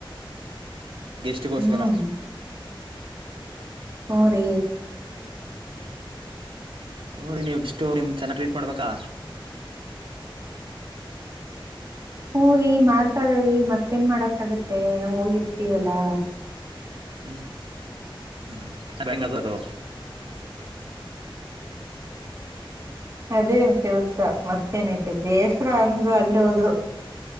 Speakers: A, on the right; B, on the right.
A: ಗೆಸ್ಟಿಗೋಸ್ಕರ
B: ಹ್ಮ್ ಹೂ ರೀ
A: ನೋಡಿ ನೀವು ಇಷ್ಟು ನಿಮಗೆ ಚೆನ್ನಾಗಿ ಟ್ರೀಟ್ ಮಾಡ್ಬೇಕಾ
B: ಹೂ ರಿ ಮಾಡ್ತಾರ್ರೀ ಮತ್ತೇನ್ ಮಾಡಕ್ ಆಗತ್ತೆ ಹೋಗಿರ್ತೀವಲ್ಲಾ
A: ಹ್ಮ್ ಹ್ಮ ಅಂಗದಾರೋ
B: ಅದೇ ಕೆಲ್ಸ ಮ ಮತ್ತೇನೈತೆ ಬೇಸರ ಅಂದ್ರು ಅಲ್ಲಿ ಹೋದ್ರು